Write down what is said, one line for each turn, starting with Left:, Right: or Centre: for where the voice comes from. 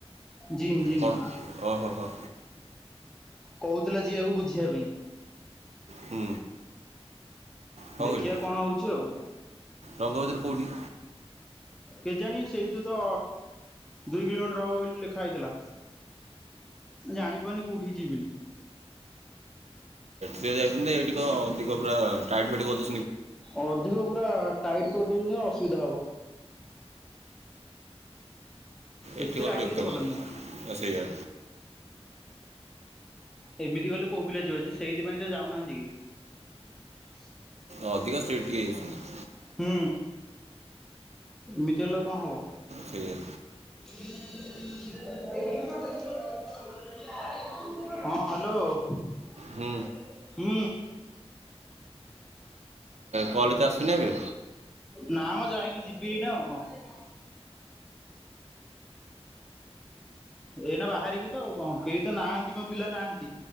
Centre: Gym gym.
Right: କଣ ଓହୋ ହୋ ହୁଁ
Centre: କହୁଥିଲା ଯିିବାକୁ ବୁଝିବା ପାଇଁ।
Right: କଣ କହିଲୁ
Centre: ଦେଖିବା କଣ ହଉଛି ଆଉ।
Right: ରଙ୍ଗବଜାର କଉଟି?
Centre: କେଜାଣି ସେଇଠୁ ତ ଦୁଇ କିଲୋମିଟର ହବ ବୋଲି ଲେଖା ହେଇଥିଲା ଜାଣି ପାରୁନି କୋଉଠିିକ ଯିବି ବୋଲି।
Right: ସେ ଯାଇଥିଲେ ଏଠି କଣ ଅଧିକ ପୁରା ଟାଇଟ୍ ଫାଇଟ୍ କରଦ
Centre: ଅଧିକ ପୁରା ଟାଇଟ୍ କରିଦଉଛନ୍ତି ନା ଅସୁବିଧା ହବ। ଏତେ
Right: ଏଠି ଭଲରେ
Centre: ରାଗିଲେ
Right: ଏକା
Centre: ବି ଭଲ
Right: ଲାଗେ
Centre: ନୁହଁ।
Right: ସେଇଆ।
Centre: ଏମିତି ଗଲେ କୋଉ ପିଲା ଯିବେ ଯେ ସେଇଥିପାଇଁ ତ ଯାଉନାହାନ୍ତି କେହି।
Right: ଅଧିକ ଷ୍ଟ୍ରିଟ ଟିକେ ହେଇଯାଇଛନ୍ତି।
Centre: ହୁ ମିଛେଇଲେ ଆଉ କଣ ହେବ।
Right: ସେଇଆ।
Centre: ହଁ ହ୍ୟାଲୋ।
Right: ହୁଁ
Centre: ହୁଁ।
Right: କଲେଜ ଆସି ନେବେ।
Centre: ନା, ମୁଁ ଯାଇନି ଯିବି ଏଇନା, ଆଉ କଣ। ଏଇନା ବାହାରିବି କଣ କରିବି, ଏଠାରେ କେହି ନାହାନ୍ତି ପିଲାମାନେ ମଧ୍ୟ ନାହାନ୍ତି,